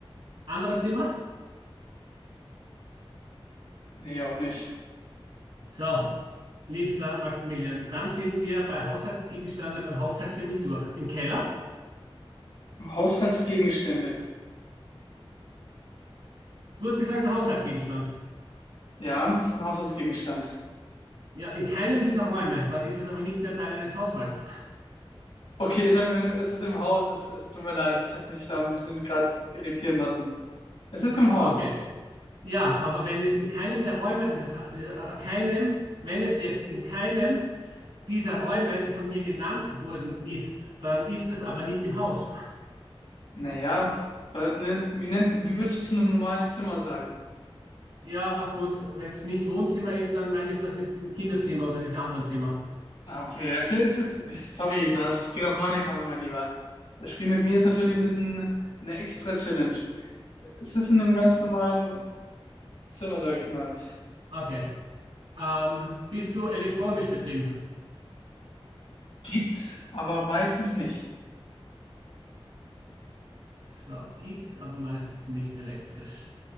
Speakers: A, on the right (about 75°); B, on the left (about 75°).
A: anderen Zimmer?
B: Nee, auch nicht.
A: So. Liebster Maximilian, dann sind wir bei Haushaltsgegenstände beim Haushalt ziemlich durch. Im Keller?
B: Haushaltsgegenstände.
A: Du hast gesagt, ein Haushaltsgegenstand.
B: Ja, ein Haushaltsgegenstand.
A: Ja, in keinem dieser Räume. Dann ist es aber nicht mehr Teil eines Haushalts. <laughs>
B: Okay, es, hat mir- es ist im Haus, es, es tut mir leid, ich habe mich da ein bisschen gerade irritieren lassen. Es ist im Haus.
A: Okay. Ja, aber wenn es in keinem der Räume dieses, Ha- dieser, äh, keinem, wenn es jetzt in keinem dieser Räume, die von mir genannt wurden, ist, dann ist es aber nicht im Haus.
B: Naja, da- ne, wie nennt, wie würdest du zu einem normalen Zimmer sagen?
A: Ja, gut, wenn es nicht Wohnzimmer ist, dann meine ich das mit, mit Kinderzimmer oder diese anderen Zimmer.
B: Ah, okay, okay, es ist, ich, sorry, das geht auf meine Kappe, mein Lieber. Das Spiel mit mir ist natürlich ein bisschen eine extra Challenge. Es ist in einem ganz normalen Zimmer, sage ich mal.
A: Okay. Ähm, bist du elektronisch betrieben?
B: Gibt's, aber meistens nicht.
A: So, gibt's aber meistens nicht elektrisch.